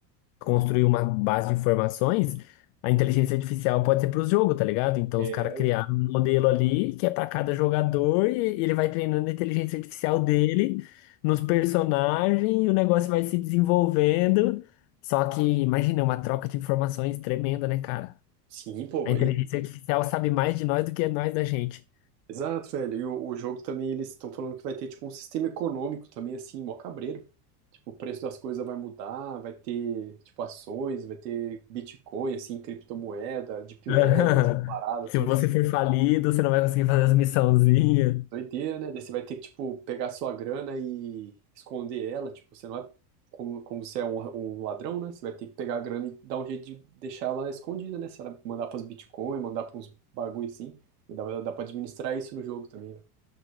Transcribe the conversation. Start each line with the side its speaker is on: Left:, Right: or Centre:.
Left: construir uma base de informações, a inteligência artificial pode ser para os jogos, tá ligado? Então
Right: É,
Left: os caras criaram um modelo ali que é para cada jogador e ele vai treinando a inteligência artificial dele nos personagens e o negócio vai se desenvolvendo. Só que, imagina, é uma troca de informações tremenda, né, cara?
Right: sim, pô.
Left: A inteligência
Right: e-
Left: artificial sabe mais de nós do que nós da gente.
Right: Exato, velho. E o, o jogo também, eles estão falando que vai ter, tipo, um sistema econômico também, assim, mó cabreiro. Tipo, o preço das coisas vai mudar, vai ter, tipo, ações, vai ter Bitcoin, assim, criptomoeda, Deep
Left: <laughs>
Right: Web, essas paradas,
Left: Se
Right: tudo.
Left: você
Right: assim.
Left: for falido, você não vai conseguir fazer as missãozinhas.
Right: Doideira, né? Daí você vai ter que, tipo, pegar sua grana e esconder ela. Tipo, você não é. Como, como você é um, um ladrão, né? Você vai ter que pegar a grana e dar um jeito de deixar ela escondida, né? Se ela mandar pras Bitcoin, mandar pra uns bagulho assim. Dá, dá pra administrar isso no jogo também, né?